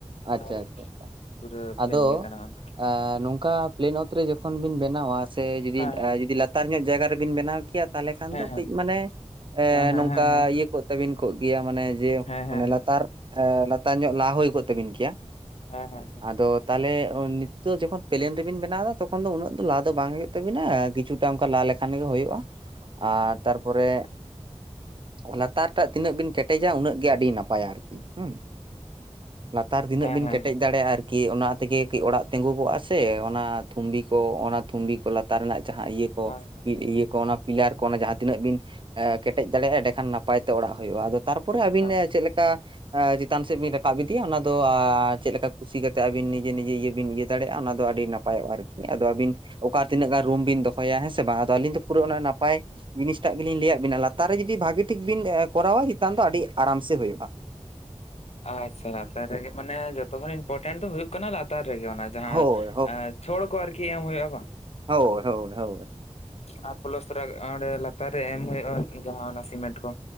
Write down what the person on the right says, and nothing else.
ᱟᱪᱪᱷᱟ
ᱟᱪᱪᱷᱟ ᱟᱪᱪᱷᱟ᱾
ᱟᱫᱚ
ᱟ ᱱᱚᱝᱠᱟ ᱯᱞᱮᱱ ᱚᱛ ᱨᱮ ᱡᱚᱠᱷᱚᱱ ᱵᱤᱱ ᱵᱮᱱᱟᱣᱟ ᱥᱮ ᱡᱩᱫᱤ
ᱮ ᱡᱩᱫᱤ ᱞᱟᱛ ᱛᱟᱨ ᱧᱚᱜ ᱡᱟᱭᱜᱟ ᱨᱮᱵᱤᱱ ᱵᱮᱱᱟᱣ ᱠᱮᱭᱟ ᱛᱟᱦᱚᱞᱮ ᱠᱷᱟᱱ
ᱫᱚ
ᱠᱟᱹᱡ ᱢᱟᱱᱮ ᱮᱸ
ᱱᱚᱝᱠᱟ
ᱤᱭᱟᱹ ᱠᱚᱜ ᱛᱟᱵᱤᱱ ᱠᱚᱜ ᱜᱮᱭᱟ ᱢᱟᱱᱮ ᱡᱮ
ᱢᱟᱱᱮ
ᱞᱟᱛᱟᱨ ᱮ ᱞᱟᱛᱟᱨ ᱧᱚᱜ ᱞᱟᱦ ᱦᱩᱭ ᱠᱚᱜ ᱛᱟᱵᱤᱱ ᱠᱮᱭᱟ᱾
ᱟᱫᱚ ᱛᱟᱦᱚᱞᱮ ᱱᱤᱛᱚᱜ ᱡᱚᱠᱷᱚᱱ ᱯᱞᱮᱱ ᱨᱮᱵᱮᱱ ᱵᱮᱱᱟᱣ ᱮᱫᱟ ᱛᱚᱠᱷᱚᱱ ᱫᱚ ᱩᱱᱟᱹᱜ ᱫᱚ ᱞᱟ ᱫᱚ ᱵᱟᱝ ᱦᱩᱭᱩᱜ ᱛᱟᱵᱤᱱᱟ ᱠᱤᱪᱷᱩ ᱴᱟᱝ ᱚᱱᱠᱟ ᱞᱟ ᱞᱮᱠᱷᱟᱱ ᱜᱮ ᱦᱩᱭᱩᱜᱼᱟ ᱟᱨ ᱛᱟᱨᱯᱚᱨᱮ ᱞᱟᱛᱟᱨ ᱴᱟᱜ ᱛᱤᱱᱟᱹᱜ ᱵᱤᱱ ᱠᱮᱴᱮᱡᱟ ᱩᱱᱟᱹᱜ ᱜᱮ ᱟᱹᱰᱤ ᱱᱟᱯᱟᱭᱟ ᱟᱨᱠᱤ, ᱦᱩᱸ᱾ ᱞᱟᱛᱟᱨ ᱛᱤᱱᱟᱹᱜ
ᱵᱤᱱ ᱠᱮᱴᱮᱡ ᱫᱟᱲᱮᱭᱟᱜᱼᱟ ᱟᱨᱠᱤ ᱚᱱᱟ ᱛᱮᱜᱮ ᱠᱟᱹᱡ ᱚᱲᱟᱜ ᱛᱤᱸᱜᱩ ᱠᱚᱜᱼᱟ ᱥᱮ ᱚᱱᱟ ᱛᱷᱩᱢᱵᱤ ᱠᱚ ᱚᱱᱟ ᱛᱷᱩᱢᱵᱤ ᱠᱚ ᱞᱟᱛᱟᱨ ᱨᱮᱱᱟᱜ ᱡᱟᱦᱟᱸ ᱤᱭᱟᱹ ᱠᱚ
ᱤᱭᱟᱹ ᱠᱚ ᱚᱱᱟ ᱯᱤᱞᱟᱨ ᱠᱚ ᱚᱱᱟ ᱡᱟᱦᱟᱸ ᱛᱤᱱᱟᱹᱜ ᱵᱤᱱ ᱮ ᱠᱮᱴᱮᱡ ᱫᱟᱲᱮᱭᱟᱜᱼᱟ ᱮᱸᱰᱮᱠᱷᱟᱱ ᱱᱟᱯᱟᱭ ᱛᱮ ᱚᱲᱟᱜ ᱦᱩᱭᱩᱜᱼᱟ ᱟᱫᱟ ᱛᱟᱨ ᱯᱚᱨᱮ ᱟᱵᱤᱱ
ᱮ
ᱪᱮᱫ ᱞᱮᱠᱟ ᱟ ᱪᱮᱛᱟᱱ ᱥᱮᱫ ᱵᱤᱱ ᱨᱟᱠᱟᱵ ᱤᱫᱤᱭᱟ ᱚᱱᱟ ᱫᱚ ᱟ ᱪᱮᱫ ᱞᱮᱠᱟ ᱠᱩᱥᱤ ᱠᱟᱛᱮ ᱟᱹᱵᱤᱱ ᱱᱤᱡᱮ ᱱᱤᱡᱮ ᱤᱭᱟᱹ ᱵᱤᱱ ᱤᱭᱟᱹ ᱫᱟᱲᱮᱭᱟᱜᱼᱟ ᱚᱱᱟ ᱫᱚ ᱟᱹᱰᱤ ᱱᱟᱯᱟᱭᱚᱜᱼᱟ ᱟᱨᱠᱤ᱾ ᱟᱫᱚ ᱟᱹᱵᱤᱱ ᱚᱠᱟ ᱛᱤᱱᱟᱹᱜ ᱜᱟᱱ ᱨᱩᱢ ᱵᱤᱱ ᱫᱚᱦᱚᱭᱟ ᱦᱮᱸ ᱥᱮ ᱵᱟᱝ ᱟᱫᱚ ᱟᱹᱞᱤᱧ ᱫᱚ ᱯᱩᱨᱟᱹ ᱚᱱᱟ ᱱᱟᱯᱟᱭ ᱡᱤᱱᱤᱥᱴᱟᱜ ᱜᱮᱞᱤᱧ ᱞᱟᱹᱭᱟᱫ ᱵᱤᱱᱟ ᱞᱟᱛᱟᱨ ᱨᱮ ᱡᱩᱫᱤ ᱵᱷᱟᱜᱤ ᱴᱷᱤᱠ ᱵᱤᱱ ᱠᱚᱨᱟᱣᱟ ᱪᱮᱛᱟᱱ ᱫᱚ ᱟᱹᱰᱤ ᱟᱨᱟᱢ ᱥᱮ ᱦᱩᱭᱩᱜᱼᱟ ᱾
ᱦᱳᱭ
ᱦᱳᱭ-ᱦᱳᱭ-ᱦᱳᱭ᱾